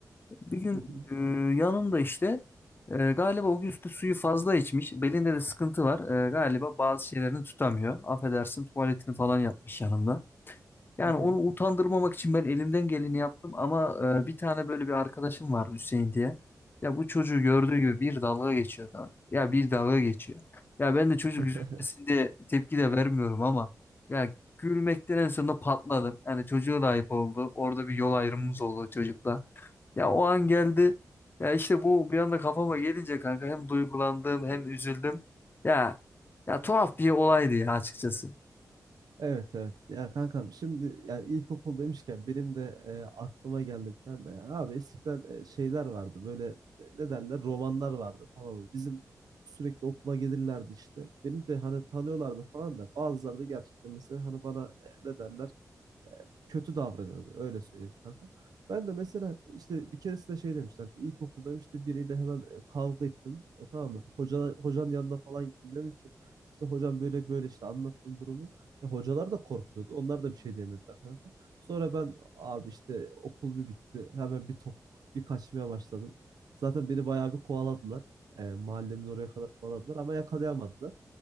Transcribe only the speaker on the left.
Bir gün
e, yanımda işte e, galiba o gün işte suyu fazla içmiş. Belinde de sıkıntı var. E, galiba bazı şeylerini tutamıyor. Affedersin tuvaletini falan yapmış yanımda. Yani
onu
utandırmamak için ben elimden geleni yaptım ama e, bir tane böyle bir arkadaşım vardı Hüseyin diye. Ya bu çocuğu gördüğü gibi bir dalga geçiyor kanka. Ya bir dalga geçiyor. Ya ben de çocuk
üzülmesin diye tepki de vermiyorum ama ya gülmekten en sonunda patladım. Yani çocuğa da ayıp oldu. Orada bir yol ayrımımız oldu çocukla. Ya o an geldi. Ya işte bu bir anda kafama gelince kanka hem duygulandım hem üzüldüm. Ya ya tuhaf bir olaydı ya açıkçası.